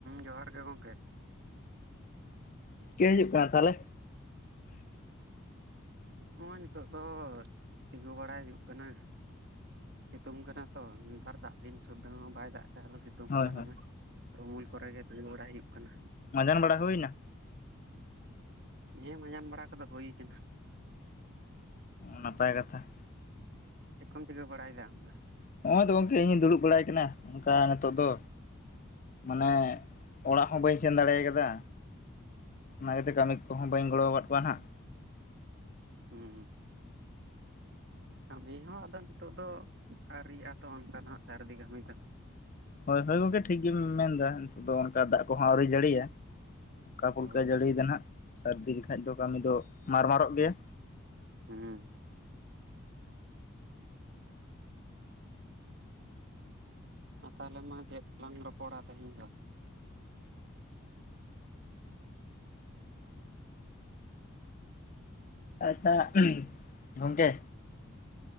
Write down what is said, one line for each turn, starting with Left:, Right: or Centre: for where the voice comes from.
Right: ᱡᱚᱦᱟᱨ ᱜᱮ ᱜᱚᱝᱠᱮ᱾
Left: ᱪᱮᱜ ᱦᱤᱡᱩᱜ ᱠᱟᱱᱟ ᱛᱟᱦᱚᱞᱮ?
Right: ᱱᱚᱜᱼᱚᱭ ᱱᱤᱛᱳᱜ ᱫᱚ ᱛᱤᱸᱜᱩ ᱵᱟᱲᱟᱭ ᱦᱩᱭᱩᱜ ᱠᱟᱱᱟ᱾ ᱥᱤᱛᱩᱝ ᱠᱟᱱᱟ ᱛᱚ ᱱᱮᱛᱟᱨ ᱫᱟᱜ ᱫᱤᱱ ᱥᱩᱫᱫᱷᱟᱹ ᱦᱚᱸ ᱵᱟᱭ ᱫᱟᱜ ᱮᱟ ᱟᱞᱮ ᱥᱮᱫ᱾ ᱥᱤᱛᱩᱝ
Left: ᱦᱳᱭ
Right: ᱠᱟᱱᱟ
Left: ᱦᱳᱭ
Right: ᱫᱚᱢᱮ ᱟᱫᱚ ᱩᱢᱩᱞ ᱠᱚᱨᱮ ᱜᱮ ᱛᱤᱸᱜᱩ ᱵᱟᱲᱟᱭ ᱦᱩᱭᱩᱜ ᱠᱟᱱᱟ᱾
Left: ᱡᱚᱢ ᱵᱟᱲᱟ ᱦᱩᱭᱱᱟ?
Right: ᱦᱮᱸ ᱢᱟᱡᱟᱱ ᱵᱟᱲᱟ ᱠᱚᱫᱚ ᱦᱩᱭ ᱠᱟᱱᱟ᱾
Left: ᱱᱟᱯᱟᱭ ᱠᱟᱛᱷᱟ
Right: ᱪᱮᱫ ᱠᱚᱢ ᱪᱤᱠᱟᱹ ᱵᱟᱲᱟᱭ ᱫᱟ ᱟᱢ ᱫᱚ?
Left: ᱱᱚᱜᱼᱚᱭ ᱛᱚ ᱜᱚᱝᱠᱮ ᱤᱧᱤᱧ ᱫᱩᱲᱩᱵ ᱵᱟᱲᱟᱭ ᱠᱟᱱᱟ ᱚᱱᱠᱟ ᱱᱤᱛᱚᱜ ᱫᱚ᱾ ᱢᱟᱱᱮ ᱚᱲᱟᱜ ᱦᱚᱸ ᱵᱟᱹᱧ ᱥᱮᱱ ᱫᱟᱲᱮ ᱟᱠᱟᱫᱟ᱾ ᱚᱱᱟᱛᱮ ᱠᱟᱹᱢᱤ ᱠᱚᱦᱚᱸ ᱵᱟᱹᱧ ᱜᱚᱲᱚ ᱟᱠᱟᱫ ᱠᱚᱣᱟ ᱱᱟᱦᱟᱜ᱾
Right: ᱦᱩᱸ ᱠᱟᱹᱢᱤ ᱦᱚᱸ ᱟᱫᱚ ᱱᱤᱛᱚᱜ ᱫᱚ ᱟᱣᱨᱤᱭᱟᱜ-ᱟ ᱛᱚ ᱚᱱᱠᱟ ᱫᱚ ᱦᱟᱸᱜ ᱥᱟᱹᱨᱫᱤ ᱠᱟᱹᱢᱤ ᱫᱚ᱾
Left: ᱦᱳᱭ ᱦᱳᱭ ᱜᱚᱝᱠᱮ ᱴᱷᱤᱠ ᱜᱮᱢ ᱢᱮᱱ ᱫᱟ ᱱᱤᱛᱚᱜ ᱫᱚ ᱚᱱᱠᱟ ᱫᱟᱜ ᱠᱚᱦᱚᱸ ᱟᱹᱣᱨᱤ ᱡᱟᱹᱲᱤᱭᱤᱭᱟ ᱦᱟᱞᱠᱟ
Right: ᱦᱳᱭ
Left: ᱯᱩᱞᱠᱟᱹ ᱡᱟᱹᱲᱤᱭ ᱫᱟᱭ ᱱᱟᱦᱟᱜ᱾ ᱥᱟᱹᱨᱫᱤ ᱞᱮᱠᱷᱟᱡ ᱫᱚ ᱠᱟᱹᱢᱤ ᱫᱚ ᱢᱟᱨ -ᱢᱟᱨᱚᱜ ᱜᱮᱭᱟ᱾
Right: ᱦᱩᱸ ᱟ ᱛᱟᱦᱚᱞᱮ ᱢᱟ ᱪᱮᱫ ᱞᱟᱝ ᱨᱚᱯᱚᱲᱟ ᱛᱮᱦᱮᱧ ᱫᱚ?
Left: ᱟᱪᱷᱟ ᱩᱦᱩᱸ ᱜᱚᱢᱠᱮ